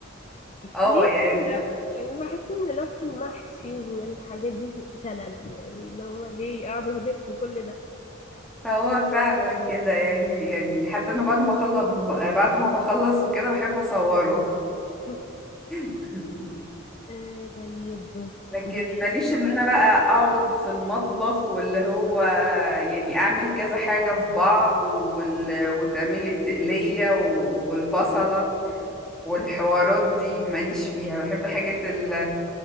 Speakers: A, in the centre; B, on the left.
A: اه
B: ليه
A: يعني
B: تشتي لف يعني بحس ان لف المحشي والحاجات دي شلل يعني اللي هو ليه قاعدة الف كل ده
A: هو فعلا كده يعني يعني حتى انا بعد ما اخلص بعد ما بخلص وكده بحب اصوره
B: <laughs>
A: <laughs>
B: آه طيب
A: لكن
B: بتحب
A: ماليش ان انا بقى اقعد في المطبخ واللي هو يعني اعمل كذا حاجة في بعض وال... وتعمل لي التقلية و... والبصلة والحوارات دي ماليش فيها بحب حاجات ال...